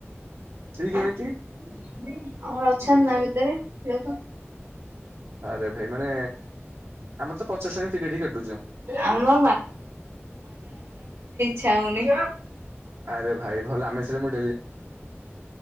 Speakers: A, on the right; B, on the right.
A: ଫ୍ରି କେମିତି?
B: ଆଉ ଅଛନ୍ ନା ଭିତରେ ଦେ
A: ଆରେ ଭାଇ ମାନେ ଆମେ ତ ପଚାଶ ଟଙ୍କ ଟିକେଟ ହି କଟାଛୁ।
B: ଆମର ଛାାଉନି।
A: ଆରେ ଭାଇ ଭଲ ଆମେ ସିଲେ ମୁ